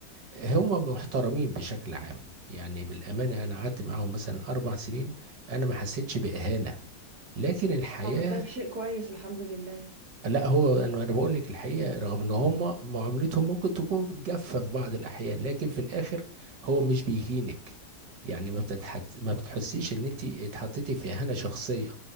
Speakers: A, on the right; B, on the right.
A: هم محترمين بشكل عام يعني بالأمانة أنا قعدت معاهم مثلا أربع سنين أنا ما حسيتش بإهانة لكن الحياة
B: طب ده شيء كويس الحمد لله
A: لا هو أنا أنا بقول لك الحقيقة رغم إن هم معاملتهم ممكن تكون جافة في بعض الأحيان لكن في الآخر هو مش بيهينك يعني ما بتتحت... ما بتحسيش إن أنت اتحطيتي في إهانة شخصية